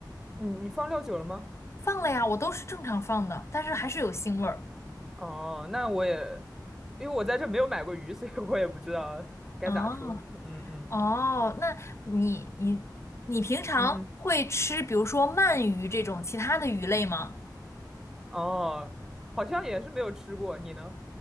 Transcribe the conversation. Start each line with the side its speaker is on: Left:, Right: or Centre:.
Centre: 你你放料酒了吗？
Left: 放了呀，我都是正常放的，但是还是有腥味儿。
Centre: 哦，那我也，因为我在这没有买过鱼，所以我也不知道该咋说。
Left: 哦
Centre: 嗯嗯
Left: 哦，那你你你平常会吃，
Centre: 嗯嗯，
Left: 比如说鳗鱼这种其他的鱼类吗？
Centre: 哦，好像也是没有吃过，你呢？